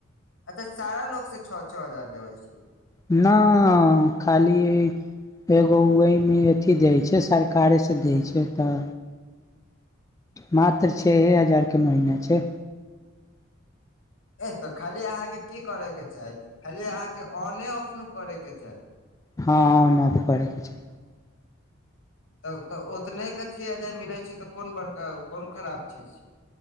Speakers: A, on the left (about 75°); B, on the left (about 15°).
A: अच्छा सारा लोग से छआ छआ हजार लेबे छी।
B: न खाली एगो वहि मे अथी दै छैय सरकारे सँ दै छैय तऽ। बात तऽ छैहे हजार के महिना छैय।
A: ए तऽ खाली अहाँकेँ कि करे के चाही खाली अहाँकेँ ऑने ऑफ न करे के छैय।
B: ह ऑन ऑफ करे के छैय।
A: तब तऽ ओतने के छआ हजार मिले छैय तऽ कोन बड़का कोन खराब चीज छिय।